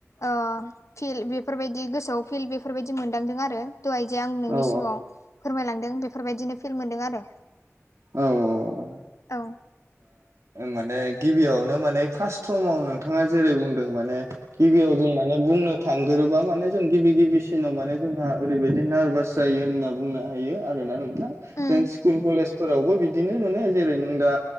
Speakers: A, on the left; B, on the right.
A: फिल्श बेफोरबायदि गोसोआव फिल्ड बेफोरबायदि मोनदांदों आरो दहाय जे आं नोंनि
B: औ
A: सिगाङाव फोरमायलांदों बेफोरबायदिनो फिल मोनदों आरो
B: औ-औ
A: औ
B: माने गिबियावनो माने फार्स्ट समाव नोंथाङा जेरै बुंदों माने गिबियाव जों माने बुंनो थांगोरोबा माने जों गिबि गिबिसिनाव माने जोंहा ओरैबायदि नारभास जायो होनना बुंनो हायो आरोना नोंथां
A: उम
B: जों स्कुल कलेज फोरावबो बिदिनो नुयो जेरै नों दा